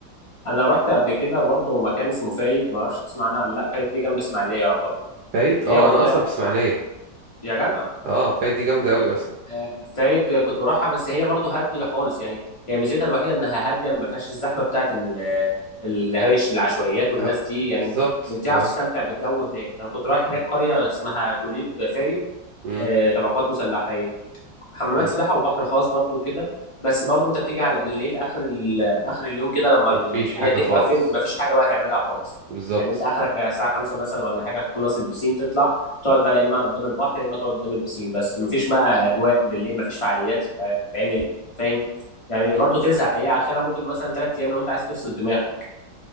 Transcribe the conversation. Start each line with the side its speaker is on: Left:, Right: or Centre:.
Left: انا رحت قبل كده برضه مكان اسمه فايد ما اعرفش تسمع عنها ولا لا فايد دي جنب اسماعيليه يعتبر
Right: فايد اه
Left: هي منطقه
Right: انا اصلا في اسماعيليه
Left: يا جدع
Right: اه فايد دي جامده قوي اصلا
Left: آه، فايد كنت بروحها بس هي برضو هاديه خالص يعني هي ميزتها الوحيده انها هاديه ما فيهاش الزحمه بتاعت ال- اللي هي العشوائيات والناس
Right: اه
Left: دي يعني
Right: بالظبط
Left: بتعرف
Right: اه
Left: تستمتع بالجو هناك انا كنت رايح
Right: م-
Left: هناك قريه اسمها توليب فايد
Right: م-
Left: آه، تبع قوات مسلحه حمامات
Right: م.
Left: سباحه وبحر خاص برضو وكده بس برضو انت بتيجي على بالليل اخر ال... اخر اليوم كده لما الدنيا
Right: مفيش حاجه
Left: تقفل
Right: خالص
Left: مفيش حاجه بقى تعملها خالص
Right: بالظبط
Left: يعني انت اخرك على الساعه 5 مثلا ولا حاجه تخلص البسين تطلع تقعد بقى يا اما قدام البحر يا اما تقعد قدام البسين بس مفيش بقى اجواء بالليل مفيش فعاليات تتعمل فاهم يعني
Right: م.
Left: برضو تزهق هي اخرها ممكن مثلا ثلاث ايام لو انت عايز تفصل دماغك